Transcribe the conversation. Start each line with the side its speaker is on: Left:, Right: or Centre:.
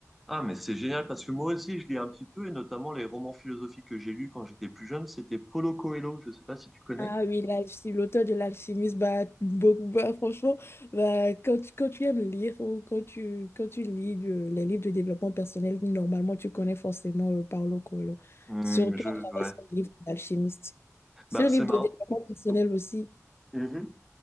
Centre: Ah, mais c'est génial parce que moi aussi, je lis un petit peu, et notamment les romans philosophiques que j'ai lus quand j'étais plus jeune, c'était Paulo Coelho, je sais pas si tu connais.
Left: Ah oui, l'alchi- l'auteur de l'alchimiste, bah, beaucoup, bah, franchement, bah, quand, tu- quand tu aimes lire ou quand tu, quand tu lis de- les livres de développement personnel, normalement, tu connais forcément euh, Paulo Coelho,
Centre: Hmm,
Left: surtout
Centre: je,
Left: à travers
Centre: ouais.
Left: son livre d'alchimiste. C'est
Centre: Bah,
Left: un
Centre: c'est
Left: livre
Centre: marrant.
Left: de développement personnel
Centre: Oh.
Left: aussi.
Centre: Mhm.